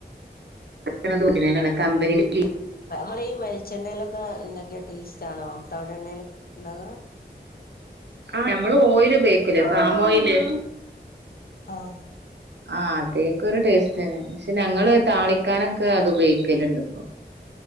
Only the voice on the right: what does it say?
<unintelligible> കമ്പനിൻ്റ
ആഹ് നമ്മള് ഓയില് ഉപയോഗിക്കൂലേ പാമോയില്
ആഹ് അതേക്കൊരു ടേസ്റ്റന്നെ പക്ഷെ ഞങ്ങള് താളിക്കാനൊക്കെ അത് ഉപയോഗിക്കല്ണ്ട് പ്പൊ